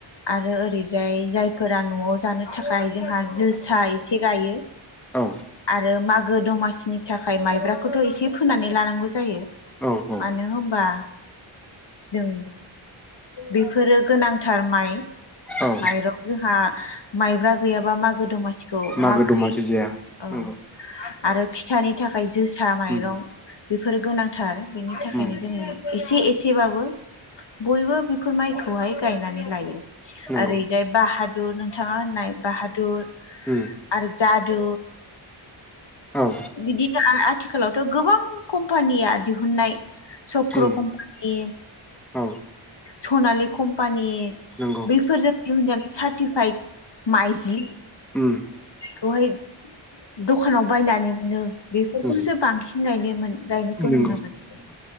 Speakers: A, on the left; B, in the centre.
A: आरो ओरैजाय जायफोरा नआव जानो थाखाय जोंहा जोसा एसे गायो
B: औ
A: आरो माग गो दमासिनि थाखाय माइब्राखौथ एसे फोनानै लानांगौ जायो।
B: औ औ
A: मानो होनबा जों बेफोरो गोनांथार माइ माइरं
B: औ
A: जोंहा माइब्रा गैयाबा मागो दमा खौ
B: मागो
A: माबोरै
B: दमासि जाया
A: औ।
B: नंगौ
A: आरो फिथानि थाखाय जोसा माइरं।
B: उम
A: बेफोरो गोनांथार। बेनि थाखायनो
B: उम
A: जोंङो एसे एसेबाबो बयबो बेफोर माइखौहाय गायनानै ओरैजाय
B: नंगौ
A: बाहा दुर नोंथाङा होननाय बाहादुर
B: उम।
A: आरो जादु
B: औ
A: बिदिनो आ आ आथिखालावथ गोबां कम्पानिया दिहुननाय सक्र
B: उम
A: कम्पानि,
B: औ
A: सनालि कम्पानि
B: नंगौ
A: <inaudible> फोरजों दिहुनजानाय सार्टिफाइद माइज्लि
B: उम
A: खौहाय दखानाव बायनानै मोनो। बेफोरखौसो
B: ओम
A: बांसिन गायनो मोन गायनायखौ
B: नंगौ
A: नुनो मोनसै
B: नोंगौ।